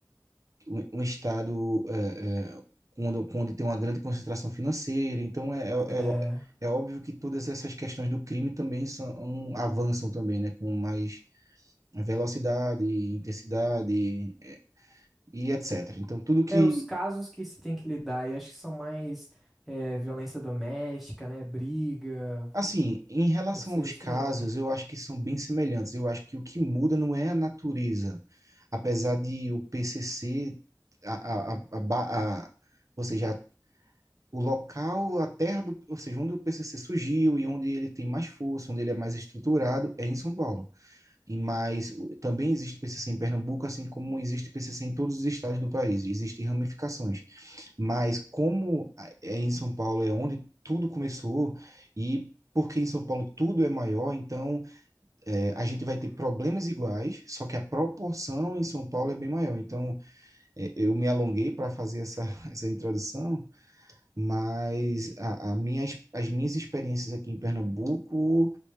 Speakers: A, on the right; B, in the centre.
A: um um estado é, é, onde, onde tem uma grande concentração financeira. Então, é, é,
B: É.
A: é lo- é óbvio que todas essas questões do crime também são, avançam também, né? Com mais velocidade, intensidade é, e etc. Então, tudo que...
B: É, os casos que se tem que lidar, e acho que são mais é, violência doméstica, né? Briga.
A: Assim, em relação
B: Deve ser
A: aos
B: isso
A: casos,
B: aí, não é?
A: eu acho que são bem semelhantes. Eu acho que o que muda não é a natureza. Apesar de o PCC... A, a, a, a, ba- a, ou seja, o local, a terra do, ou seja, onde o PCC surgiu e onde ele tem mais força, onde ele é mais estruturado, é em São Paulo. E mais, o- também existe PCC em Pernambuco, assim como existe PCC em todos os estados do país. Existem ramificações, mas como a- é em São Paulo é onde tudo começou e Porque em São Paulo tudo é maior, então é, a gente vai ter problemas iguais, só que a proporção em São Paulo é bem maior. Então, é, eu me alonguei para fazer essa, <laughs> essa introdução, mas a, a minhas, as minhas experiências aqui em Pernambuco